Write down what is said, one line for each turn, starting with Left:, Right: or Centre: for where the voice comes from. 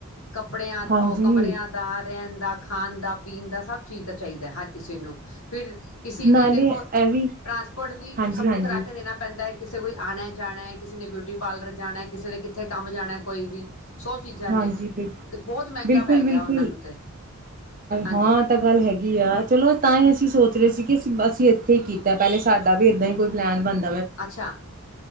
Left: ਕੱਪੜਿਆਂ
Right: ਹਾਂਜੀ
Left: ਉਹ ਕਮਰਿਆਂ ਦਾ, ਰਹਿਨ ਦਾ, ਖਾਨ ਦਾ, ਪੀਨ ਦਾ, ਸਭ ਚੀਜ਼ ਤਾਂ ਚਾਹੀਦਾ ਹੈ ਹਰ ਕਿਸੇ ਨੂੰ। ਫਿਰ ਕਿਸੇ ਨੇ
Right: ਨਾਲੇ
Left: ਦੇਖੋ
Right: ਇਹ
Left: ਟਰਾਂਸਪੋਰਟ
Right: ਵੀ
Left: ਵੀ
Right: ਹਾਂਜੀ
Left: ਸਭ
Right: ਹਾਂਜੀ
Left: ਨੂੰ ਕਰਾ ਕੇ ਦੇਣਾ ਪੈਂਦਾ ਹੈ ਕਿਸੇ ਕੋਈ ਆਣਾ ਜਾਣਾ, ਕਿਸੇ ਨੇ ਬਿਊਟੀ ਪਾਰਲਰ ਜਾਣਾ, ਕਿਸੇ ਨੇ ਕਿੱਥੇ ਕੰਮ ਜਾਣਾ ਕੋਈ ਵੀ। ਸੌ ਚੀਜ਼ਾਂ
Right: ਹਾਂਜੀ
Left: ਨੇ
Right: ਬਿਲਕੁ
Left: ਤੇ ਬਹੁਤ ਮਹਿੰਗਾ
Right: ਬਿਲਕੁਲ-ਬਿਲਕੁਲ,
Left: ਪੈ ਗਿਆ ਉਹਨਾਂ ਨੂੰ ਤੇ ਹਾਂਜੀ
Right: ਹਾਂ ਤਾਂ ਗੱਲ ਹੈਗੀ ਆ ਚਲੋ ਤਾਂ ਹੀ ਅਸੀਂ ਸੋਚ ਸੀ ਕਿ ਅਸੀਂ ਇੱਥੇ ਹੀ ਕੀਤਾ, ਪਹਿਲੇ ਸਾਡਾ ਵੀ ਇਦਾਂ ਹੀ ਕੋਈ ਪਲੈਨ ਬਣ-
Left: ਅੱਛਾ